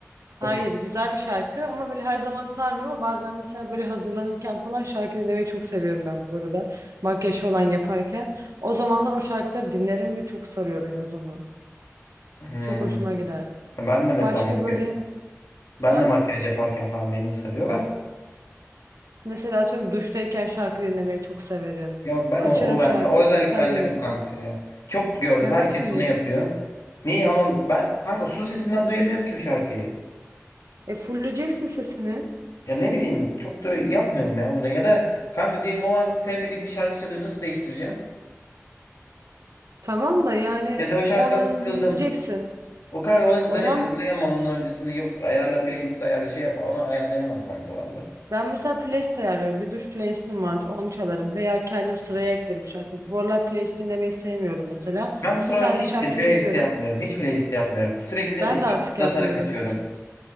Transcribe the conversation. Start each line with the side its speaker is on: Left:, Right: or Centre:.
Right: Hayır
Left: Çok
Right: güzel bir şarkı ama böyle her zaman sarmıyor ama bazen mesela böyle hazırlanırken falan şarkı dinlemeyi çok seviyorum ben bu arada. Makyaj falan yaparken. O zamanlar o şarkıları dinlerim ve çok sarıyor beni o zaman.
Left: Hmm.
Right: Çok hoşuma gider.
Left: Ben de mesela
Right: Başka
Left: makyaj,
Right: böyle
Left: ben
Right: ha?
Left: de makyaj yaparken falan beni de sarıyor da.
Right: Mesela atıyorum duştayken şarkı dinlemeyi çok severim.
Left: Yok ben
Right: Açarım
Left: o, o ben
Right: şarkıyı
Left: o özellik
Right: bilsen
Left: bende
Right: bilmesen.
Left: yok kanka. ya. Çok gördüm
Right: Neden
Left: herkes
Right: sevmiyorsun?
Left: onu yapıyor. Niye ama ben kanka su sesinden duyamıyorum ki bu şarkıyı.
Right: E fulleyeceksin sesini.
Left: Ya ne bileyim çok da yapmıyorum ya bunu. Ya da kanka diyelim o an sevmediğim bir şarkı çalıyor nasıl değiştireceğim?
Right: Tamam da yani
Left: Ya da o şarkıdan
Right: onu
Left: sıkıldım.
Right: onu dinleyeceksin.
Left: O kadar ona düzenek
Right: O zaman
Left: hazırlayamam onun öncesinde yok ayarla playlist ayarla şey yap onu ayarlayamam kanka vallahi.
Right: Ben mesela playlist ayarlıyorum. Bir duş playlistim vardır. Onu çalarım. Veya kendim sıraya eklerim şarkı. Bu aralar playlist dinlemeyi sevmiyorum mesela.
Left: Ben bu sıralar
Right: Bir tane
Left: hiç
Right: şarkı
Left: playlist
Right: yazıyorum.
Left: yapmıyorum. Hiç playlist yapmıyorum. Sürekli
Right: Ben
Left: şarkı
Right: de artık
Left: aratarak
Right: yapmıyorum.
Left: kaçıyorum.